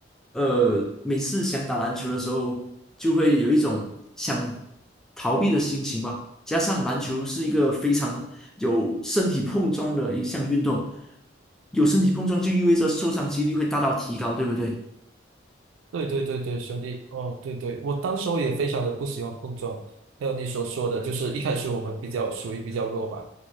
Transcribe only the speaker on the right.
对对对对，兄弟，哦，对对，我当时候也非常的不喜欢碰撞，还有你所说的，就是一开始我们比较属于比较弱嘛，